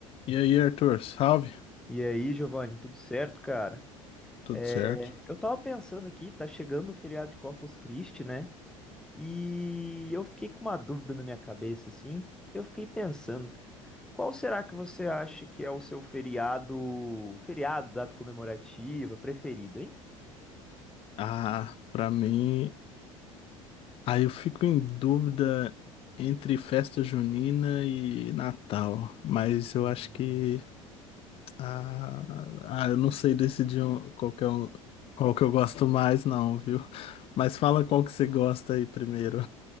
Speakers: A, on the left (about 35°); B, in the centre.
A: E aí, Arthur, salve?
B: E aí, Giovanni, tudo certo, cara?
A: Tudo
B: É,
A: certo?
B: eu tava pensando aqui, tá chegando o feriado de Corpus Christi, né? E eu fiquei com uma dúvida na minha cabeça, assim. Eu fiquei pensando, qual será que você acha que é o seu feriado, feriado, data comemorativa preferido, hein?
A: Ah, pra mim, aí eu fico em dúvida entre festa junina e Natal, mas eu
B: Uhum.
A: acho que ah, ah, eu não sei decidir um- qual que é um, qual que eu gosto mais, não, viu? Mas fala qual que você gosta aí primeiro.